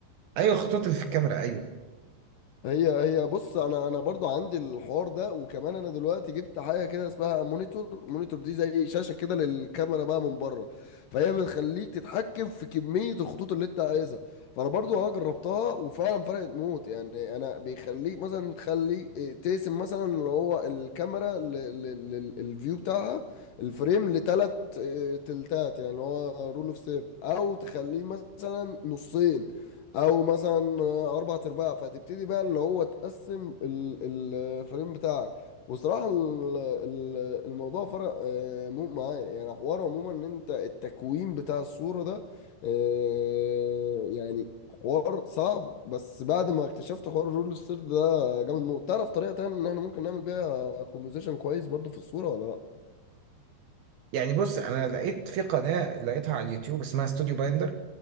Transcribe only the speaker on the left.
هي هي بص انا انا برضو عندي الحوار ده وكمان انا دلوقتي جبت حاجه كده اسمها مونيتور مونيتور دي زي شاشه كده للكاميرا بقى من بره فهي بتخليك تتحكم في كميه الخطوط اللي انت عايزها فانا برضو اه جربتها وفعلا فرقت موت يعني انا بيخليك مثلا تخلي إيه، تقسم مثلا اللي هو الكاميرا للفيو بتاعها الفريم لتلات إيه، تلتات يعني هو رول اوف ثيرد او تخليه مثلا نصين او مثلا اربع ارباع فتبتدي بقى اللي هو تقسم ال- الفريم بتاعك وصراحة ال- ال- الموضوع فرق آه، مو- معايا يعني حوار عموما ان انت التكوين بتاع الصورة ده آه، يعني حوار صعب بس بعد ما اكتشفت حوار الرول ستير ده جامد موت تعرف طريقة تانية ان احنا ممكن نعمل بيها كومبوزيشن كويس برضو في الصورة ولا